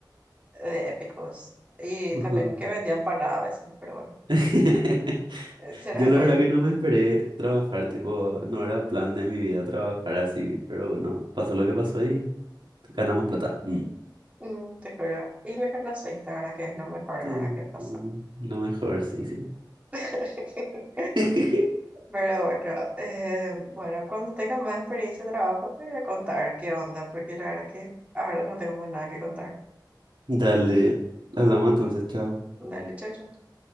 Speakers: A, on the right; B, on the right.
A: de Épicos y
B: Ajá.
A: también que vendía empanadas a veces, pero bueno,
B: <laughs>
A: eh, será
B: Yo la
A: cuando,
B: verdad que no me esperé trabajar, tipo, no era plan de mi vida trabajar así, pero bueno, pasó lo que pasó y ganamos plata. Mm.
A: mm, te juro, y me conoces, la verdad que es lo mejor,
B: Sí,
A: la verdad que pasó.
B: mm, lo mejor, sí, sí.
A: <laughs>
B: <laughs>
A: Pero bueno, eh, bueno, cuando tenga más experiencia de trabajo te voy a contar qué onda, porque la verdad que ahora no tengo más nada que contar.
B: Dale, hablamos entonces, chao.
A: Dale, chau, chau.